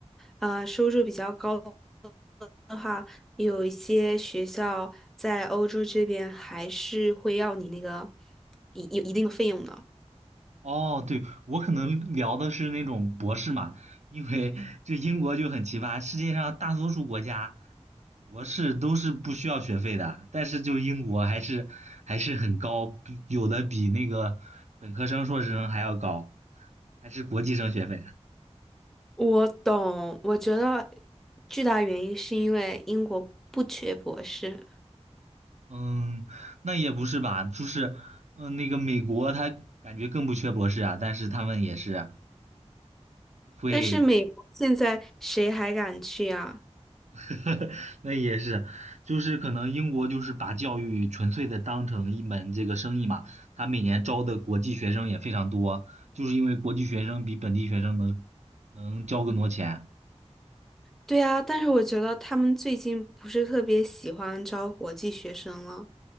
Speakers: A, in the centre; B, on the right.
A: 呃收入比较高的话，有一些学校在欧洲这边还是会要你那个一有一定的费用的。
B: 哦，对，我可能聊的是那种博士嘛，因为就英国就很奇葩，世界上大多数国家博士都是不需要学费的，但是就英国还是还是很高，比有的比那个本科生、硕士生还要高，还是国际生学费。
A: 我懂，我觉得巨大原因是因为英国不缺博士，
B: 嗯，那也不是吧，就是嗯，那个美国他感觉更不缺博士啊，但是他们也是会
A: 但是美国现在谁还敢去啊？
B: <laughs> 那也是，就是可能英国就是把教育纯粹的当成一门这个生意嘛，他每年招的国际学生也非常多，就是因为国际学生比本地学生能能交更多钱。
A: 对啊，但是我觉得他们最近不是特别喜欢招国际学生了